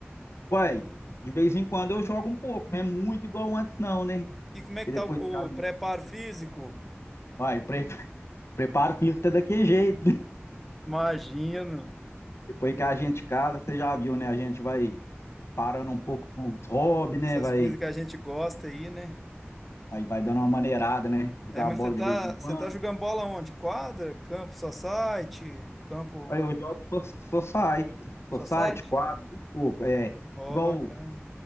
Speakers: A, on the left; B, in the centre.
A: Uai, de vez em quando eu jogo um pouco, não é muito igual antes, não, né?
B: E como é
A: Que
B: que
A: depois
B: tá o,
A: que a gente.
B: o preparo físico?
A: Uai, pre... <laughs> preparo físico é daquele jeito.
B: Imagino.
A: Depois que a gente casa, você já viu, né? A gente vai parando um pouco com os hobbies, né?
B: Essas
A: Vai.
B: coisas que a gente gosta aí, né?
A: Aí vai dando uma maneirada, né? Jogar
B: É, mas
A: a bola
B: você tá,
A: de vez em quando.
B: você tá jogando bola onde? Quadra? Campo society? Campo
A: Aí eu jogo so- society, society,
B: society?
A: quadro, um pouco. É,
B: Ó,
A: igual
B: bacana.